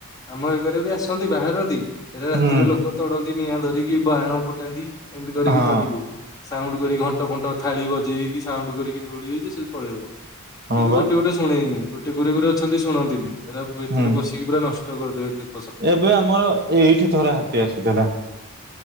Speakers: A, on the left; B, on the right.
A: ଆମ ଏକରେବି ଆସନ୍ତି ବାହାରନ୍ତି ହେରା ରାତିରେ
B: ହୁଁ
A: ଲୋ କ ତଡ଼ନ୍ତି ନିଆଁ ଧରିକି ବାହଣ ଫୁଟାନ୍ତି ଏମିତି କରିକି
B: ହଁ
A: ତଡିବେ। ସାଉଣ୍ଡ କରିକି ଘଣ୍ଟ ଫଣ୍ଟ ଥାଳି ବଜେଇକି ସାଉଣ୍ଡ କରିକି ଦୌଡିବେଯେ ସେପଳେଇବ।
B: ହଁ
A: କିନ୍ତୁ
B: ବା
A: ଗୋଟେ ଗୋଟେ ଶୁଣେଇନି ଗୋଟେ ଗୁରେ ଘୋରେ ଅଛନ୍ତି ଶୁଣନ୍ତିନି ଏରା ଭିତରେ
B: ହୁଁ
A: ପଶି କିପୁରା ନଷ୍ଟ କରିଦେବେ କେ
B: ଏବେ ଆମର ଏଇଠି ଥରେ ହାତୀ ଆସିଥିଲା।